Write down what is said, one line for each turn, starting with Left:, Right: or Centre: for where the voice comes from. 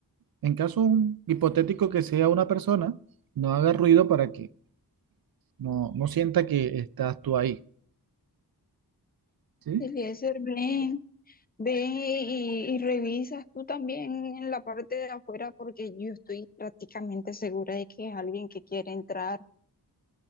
Right: En caso un hipotético que sea una persona, no hagas ruido para que no, no sienta que estás tú ahí, ¿sí?
Left: Eliezer, ven, ve y, y revisas tú también en la parte de afuera porque yo estoy prácticamente segura de que es alguien que quiere entrar.